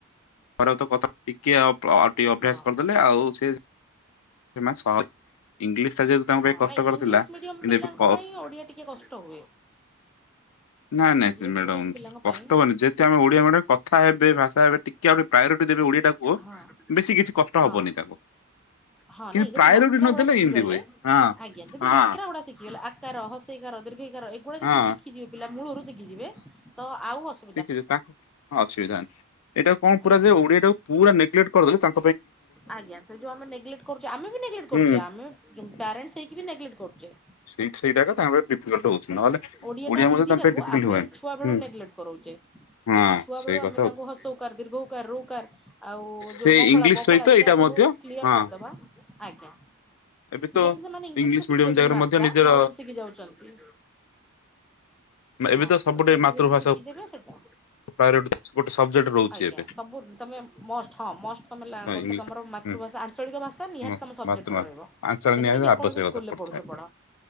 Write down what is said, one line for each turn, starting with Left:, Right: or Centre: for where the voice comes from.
Left: ଘରେ ତ କଥା ଟିକେ ଅଟିକେ ଅଭ୍ୟାସ
Centre: ହଁ
Left: କରିଦେଲେ ଆଉ ସେ ସେମାନେ ସହଜ ଇଂଲିଶ ଟା ଯେହେତୁ ତାଙ୍କ
Centre: ହଁ
Left: ପାଇଁ କଷ୍ଟକରଥିଲା
Centre: ନାଇଁ ଇଂଲିଶ ମିଡିୟମ
Left: କିନ୍ତୁ
Centre: ପିଲାଙ୍କ
Left: ଏବେ
Centre: ପାଇଁ ଓଡିଆ ଟିକେ କଷ୍ଟ ହୁଏ।
Left: ନାଇଁ ନାଇଁ
Centre: ଇଂଲିଶ
Left: ସେ ମ୍ୟାଡାମ
Centre: ମିଡିୟମ ପିଲାଙ୍କ
Left: କଷ୍ଟ
Centre: ପାଇଁ
Left: ହବନି ଯେହେତୁ ଆମେ ଓଡିଆ ମ୍ୟାଡାମ କଥା ହେବେ ଭାଷା ହେବେ ଟି କେ ଆଉଟିକେ ପ୍ରାୟୋରିଟି ଦେବେ ଓଡିଆଟାକୁ
Centre: ହଁ
Left: ବେଶୀ କିଛି କଷ୍ଟ
Centre: ହଁ
Left: ହବନି ତାଙ୍କୁ।
Centre: ହଁ
Left: କିନ୍ତୁ
Centre: ନାଇଁ ଯଦି
Left: ପ୍ରାୟୋରିଟି
Centre: ମାତ୍ରା
Left: ନଦେଲେ
Centre: ଗୁଡା ଶିଖି
Left: ଏମିତି
Centre: ଗଲେ,
Left: ହୁଏ ହଁ।
Centre: ଆଜ୍ଞା ଯଦି
Left: ହଁ
Centre: ମାତ୍ର ଗୁଡା ଶିଖିଗଲେ ହସେଇକାର ଦୀର୍ଘାଇକାର ଏଗୁଡା
Left: ହଁ
Centre: ଯଦି ଶିଖିଯିବେ ପିଲା ମୂଳରୁ ଶିିଖିଯିବେ ତ ଆଉ ଅସ
Left: ତା ହଁ ଅସୁବିଧା ଏଇଟା କଣ ପୁରା
Centre: ଆଜ୍ଞା।
Left: ଯେ ଓଡିଆ ଟାକୁ ପୁରା ନେଗ୍ଲେଟ୍ କରିଦେଲେ ତା
Centre: ଆଜ୍ଞା ସେ ଯୋଉ ଆମେ ନେଗ୍ଲେଟ୍ କରୁଛେ ଆମେ ବି ନେଗ୍ଲେଟ କରୁଛେ
Left: ହୁଁ
Centre: ଆମେ ବି ପ୍ୟାରେଣ୍ଟସ ହେଇକି ବି ନେଗ୍ଲେଟ କରୁଛେ।
Left: ସେଇ ସେଇଟା ତାଙ୍କପାଇଁ ଡିଫିକଲ୍ଟ ହଉଛି। ନହେଲେ
Centre: ଓଡିଆ ଟା ହିନ୍ଦୀ
Left: ମଧ୍ୟ ତାଙ୍କ
Centre: ଟାକୁ
Left: ପାଇଁ ଡିଫିକଲ୍ଟ
Centre: ଆମେ
Left: ହୁଏନି।
Centre: ଛୁଆ ବେଳୁ
Left: ହୁଁ
Centre: ନେଗ୍ଲେଟ୍ କରଉଚେ।
Left: ହଁ
Centre: ଯଦି ଛୁଆ
Left: ସେଇ
Centre: ବେଳୁ ଆମେ
Left: କଥା ହଉଛି
Centre: ତାଙ୍କୁ ହସଉ ଊକାର ଦୀର୍ଘ ଉ କାର ଋ କାର ଆଉ ଯୋଉ
Left: ସେ
Centre: ମଫଳା
Left: ଇଂଲିଶ
Centre: ବଫଳା
Left: ସହିତ
Centre: ଏଇଟା ସବୁ
Left: ମଧ୍ୟ
Centre: କ୍ଲିଅର
Left: ହଁ
Centre: କରିଦବା ଆଜ୍ଞା
Left: ଏବେ ତ
Centre: ଯେମିତ୍ ସେମାନେ ଇଂଲିଶ ରେ ଶିଖି
Left: ମିଡିୟମ
Centre: ଯାଉଛନ୍ତି
Left: ଜାଗାରେ
Centre: ମାତ୍ରା
Left: ମଧ୍ୟ ନିଜର
Centre: ଭାୱେଲ ଶିଖି ଯାଉଚନ୍ତି।
Left: ଏବେ
Centre: ହଁ
Left: ସବୁଠେ
Centre: ତ ସେମିତି
Left: ମାତୃଭାଷା
Centre: ଯଦି ଶିଖିଯିବ ସେଟା,
Left: ପ୍ରାୟୋରିଟି ଗୋଟେ ସବଜେକ୍ଟ ରହୁଛି
Centre: ଆଜ୍ଞା
Left: ଏବେ
Centre: ସବୁ ତମେ ମଷ୍ଟ ହଁ ମଷ୍ଟ ତମେ
Left: ହଁ
Centre: ଗୋଟେ
Left: ଇଂଲିଶ
Centre: ତମର ମାତୃଭାଷା
Left: ହୁଁ
Centre: ଆଞ୍ଚଳିକ ଭାଷା ନିହାତି
Left: ହଁ
Centre: ତମ ସବଜେକ୍ଟେରେ
Left: ମାତୃଭାଷା
Centre: ରହିବ।
Left: ଆଞ୍ଚଳିକ
Centre: ତେଣିକି
Left: ନିହାତି
Centre: ଯେକୌଣସି
Left: ଆବଶ୍ୟକତା
Centre: ସ୍କୁଲ୍ ରେ
Left: ପଡିଥାଏ।
Centre: ପଢୁଛୁ ପଢ